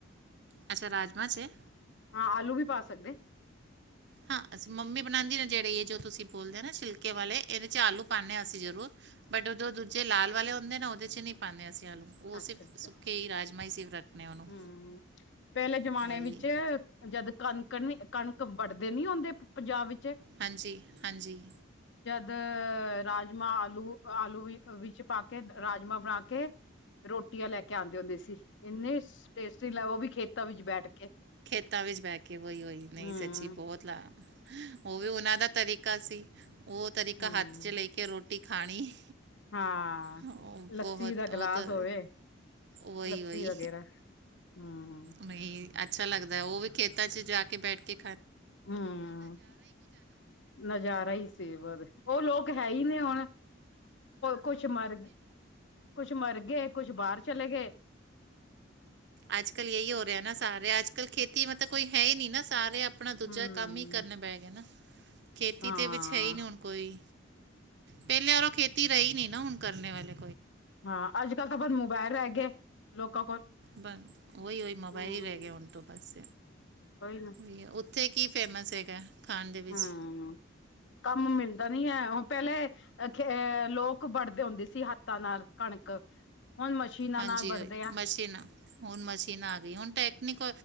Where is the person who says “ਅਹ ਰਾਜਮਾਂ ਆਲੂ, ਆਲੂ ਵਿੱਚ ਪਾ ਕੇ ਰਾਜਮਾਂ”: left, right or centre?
Left